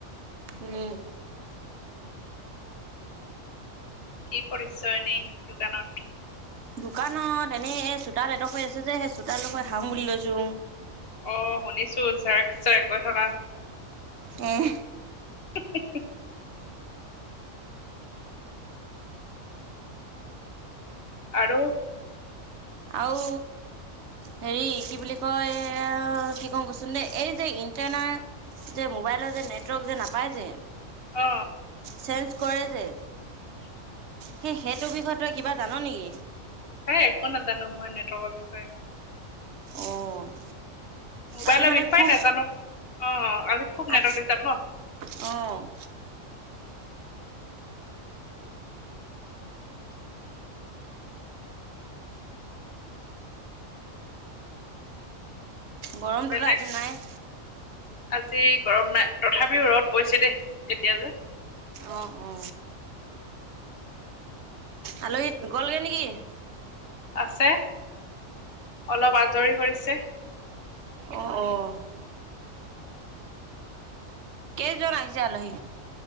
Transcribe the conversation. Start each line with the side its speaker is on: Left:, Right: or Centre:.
Right: উম।
Left: কি কৰিছা এনেই দোকানত?
Right: দোকানত এনেই এই চোতাৰ এডোখৰ আছে যে সেই চোতাৰডোখৰ হাৰো বুলি লৈছো।
Left: অ, শুনিছো চেৰেক চেৰেক কৈ থকা।
Right: উম।
Left: <unintelligible> আৰু
Right: আৰু হেৰি কি বুলি কয় এই কি কওঁ কচোন দেই এই যে, ইণ্টেনাৰ যে মোবাইলৰ যে নেটৱৰ্ক যে নাপায় যে,
Left: অ।
Right: চেঞ্জ কৰে যে,
Left: উম।
Right: সেই সেইটো বিষয়ে তই কিবা জানো নেকি?
Left: সেই একো নাজানো মই নেট ৱৰ্ক বিষয়ে।
Right: অঁ।
Left: মোবাইলেৰ
Right: আজি মানে
Left: বিষৱাই
Right: খুব
Left: নাজানো অ আজি খুব
Right: আজ
Left: নেটৱৰ্ক ডিষ্টাৰ ন?
Right: অঁ। গৰমটোতো
Left: বেলেগ
Right: আজি নাই।
Left: আজি গৰম নাই তথাপিও ৰদ পৰিছে দেই এতিয়া যে।
Right: অ অ। আলহী গ'লগৈ নেকি?
Left: আছে অলপ আজৰি হৈছে।
Right: অ অ। কেইজন আহিছে আলহী?